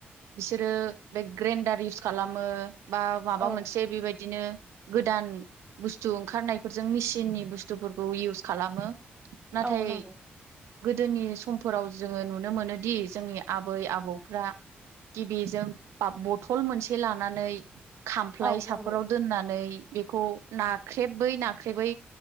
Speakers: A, on the right (about 80°); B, on the right (about 25°).
A: बिसोरो बे ग्रेन्डार इउस खालामो बा माबा
B: औ
A: मोनसे बेबायदिनो गोदान बुस्थु ओंखारनायफोरजों मेसिननि बुस्थुफोरखौ इउस खालामो। नाथाय
B: औ नांगौ।
A: गोदोनि समफोराव जोङो नुनो मोनोदि जोंनि आबै आबौफ्रा गिबिजों बा बथल मोनसे लानानै खामफ्लाय
B: औ
A: साफोराव
B: नंगौ औ नंगौ
A: दोननानै बेखौ नाख्रेबै नाख्रेबै